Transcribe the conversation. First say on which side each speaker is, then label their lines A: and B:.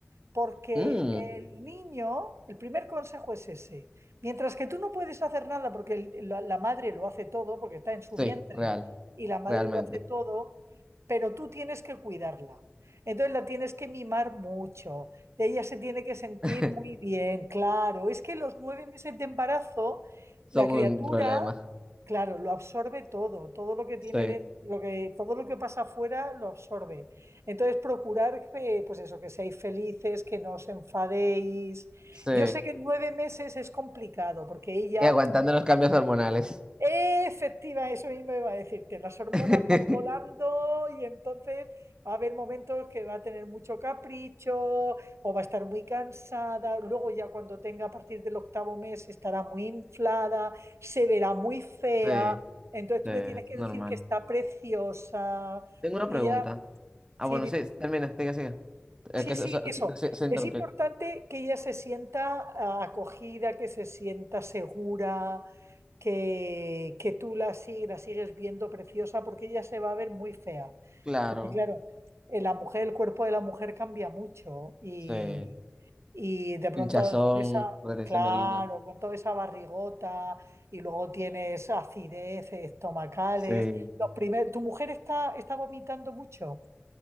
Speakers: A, on the right; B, on the right.
A: porque
B: Mm,
A: el niño, el primer consejo es ese. Mientras que tú no puedes hacer nada porque el- la, la madre lo hace todo, porque está en su
B: sí,
A: vientre
B: real,
A: y la madre
B: realmente.
A: lo hace todo, pero tú tienes que cuidarla. Entonces la tienes que mimar mucho. Ella se tiene que sentir
B: <laughs>
A: muy bien, claro. Es que los nueve meses de embarazo,
B: Son
A: la criatura,
B: un problema.
A: claro, lo absorbe todo, todo lo que tiene
B: Sí.
A: dentro, lo que, todo lo que pasa afuera lo absorbe. Entonces, procurar, eh, pues eso, que seáis felices, que no os enfadéis.
B: Sí.
A: Yo sé que nueve meses es complicado, porque ella,
B: Y aguantando los cambios hormonales.
A: eh, efectiva, eso mismo iba a decirte, las hormonas
B: <laughs>
A: van volando y entonces va a haber momentos que va a tener mucho capricho o va a estar muy cansada. Luego ya cuando tenga a partir del octavo mes estará muy inflada, se verá muy fea.
B: Sí,
A: Entonces tú
B: sí, es
A: le tienes que
B: normal.
A: decir que está preciosa,
B: Tengo
A: porque
B: una pregunta.
A: ella...
B: Ah,
A: Sí,
B: bueno, sí, termina, sigue, sigue. Es
A: Sí,
B: que
A: sí,
B: se, se,
A: eso.
B: se- se interrumpió.
A: Es importante que ella se sienta ah, acogida, que se sienta segura, que, que tú la, sig- la sigues viendo preciosa, porque ella se va a ver muy fea.
B: Claro,
A: Porque claro, eh, la mujer, el cuerpo de la mujer cambia mucho y,
B: sí.
A: y de pronto
B: Hinchazón,
A: con esa,
B: retención
A: claro,
B: de orina.
A: con toda esa barrigota y luego tienes acidez estomacales.
B: Sí.
A: Los primer- ¿tu mujer está, está vomitando mucho?